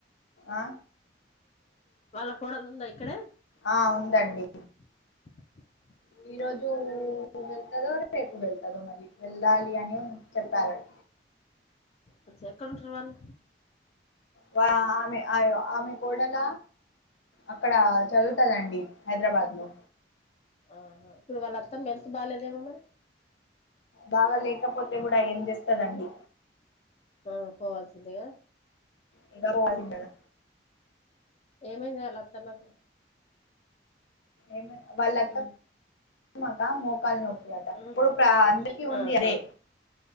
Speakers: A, on the left; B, on the left.
A: ఆ
B: వాళ్ళ కోడలు ఉందా ఇక్కడే
A: ఆ ఉందండి
B: <unintelligible>
A: ఈ రోజు వెళ్తదో రేపు వెళ్తుదో మరి వెళ్ళాలి అని చెప్పారట
B: అచ అక్కడ ఉంటారువాలు
A: వా ఆమె అయో ఆమె కోడల అక్కడ చదువుతదండి హైదరాబాద్ లో
B: ఆహా ఇప్పుడు వాళ్ళ అత్తమ్మ హెల్త్ బాలేదేమో మరి
A: బాగా లేకపోతే కూడా ఏం చేస్తదండి
B: ఆ పోవాల్సిందే కదా
A: ఇంగ పోవాలి కదా
B: ఏమైంది వాళ్ల అత్తమ్మ కు
A: ఏమి వాళ్ళ అత్తమ్మా
B: ఉమ్
A: కా మోకాలు నొప్ప ట
B: ఉమ్
A: ఇప్పుడు ప్ర అందరికి ఉంది
B: ఆహా
A: అదే